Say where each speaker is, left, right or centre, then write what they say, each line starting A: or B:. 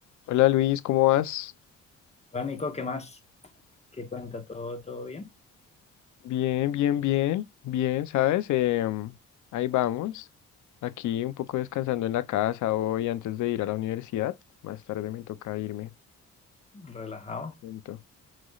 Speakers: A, on the left; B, on the left.
A: Hola Luis, ¿cómo vas?
B: Hola Nico, ¿qué más? ¿Qué cuenta? ¿Todo, todo bien?
A: Bien, bien, bien, bien, ¿sabes? Em, ahí vamos. Aquí un poco descansando en la casa hoy antes de ir a la universidad. Más tarde me toca irme.
B: ¿Relajado?
A: Siento.